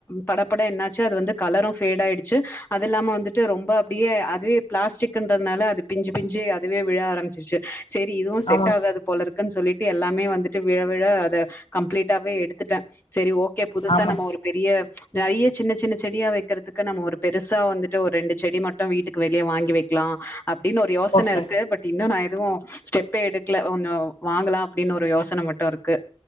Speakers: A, on the left; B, on the left.
A: படப்பட என்னாச்சு அது வந்து கலரும் பேட் ஆயிடுச்சு, அது இல்லாம வந்துட்டு ரொம்ப அப்படியே அதுவே பிளாஸ்டிக்ன்றதுனால அது பிஞ்சு பிஞ்சு அதுவே விழ ஆரம்பிச்சிச்சு. செரி இதுவும் செட்
B: ஆமா
A: ஆகாது போல இருக்கு இருக்குனு சொல்லிட்டு எல்லாமே வந்துட்டு விழ விழ அதை கம்ப்ளீட்டாவே எடுத்துட்டேன். சரி ஓகே புதுசா
B: ஆமா
A: நம்ம ஒரு பெரிய நிறைய சின்ன சின்ன செடியா வைக்கிறதுக்கு நம்ம ஒரு பெருசா வந்துட்டு ஒரு ரெண்டு செடி மட்டும் வீட்டுக்கு வெளியே வாங்கி வைக்கலாம் அப்படின்னு ஒரு யோசனை
B: ஓகே
A: இருக்கு பட் இன்னும் நான் அதுவும் ஸ்டெப்பே கொஞ்சோ வாங்கலாம் அப்படின்னு ஒரு யோசனை மட்டும் இருக்கு.